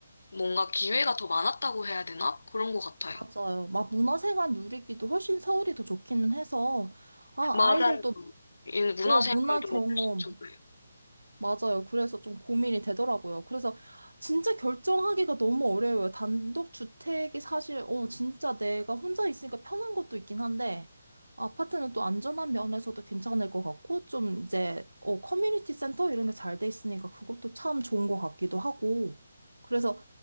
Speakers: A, on the left; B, on the right.
A: 뭔가 기회가 더 많았다고 해야 되나? 그런 것 같아요.
B: 맞아요. 막 문화생활 누리기도 훨씬 서울이 더 좋기는 해서, 아,
A: 맞아요.
B: 아이들도,
A: 이 문화생활도
B: 뭐, 어, 문화 경험,
A: 훨씬 좋고요.
B: 맞아요. 그래서 좀 고민이 되더라고요. 그래서 진짜 결정하기가 너무 어려워요. 단독 주택이 사실, 어, 진짜 내가 혼자 있으니까 편한 것도 있긴 한데, 아파트는 또 안전한 면에서도 괜찮을 것 같고, 좀 이제, 어, 커뮤니티 센터 이런 게 잘 돼 있으니까 그것도 참 좋은 것 같기도 하고. 그래서